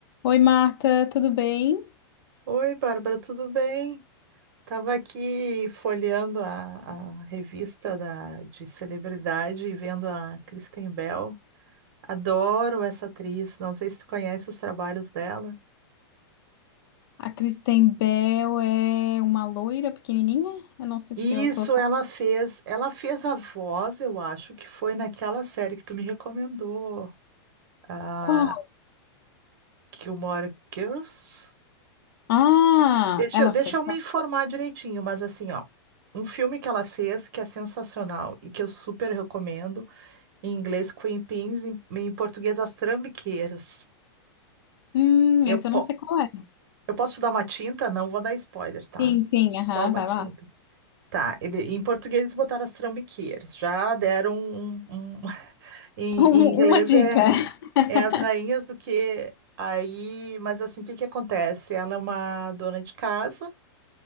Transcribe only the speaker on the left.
Oi, Marta, tudo bem?
A Kristen Bell é uma loira pequenininha? Eu não sei se
eu tô falando.
Qual?
Ah,
ela
fez.
Hum,
esse
eu não sei qual é.
Sim, sim,
aham,
vai
lá. <laughs>
Um-
uma dica.
<laughs>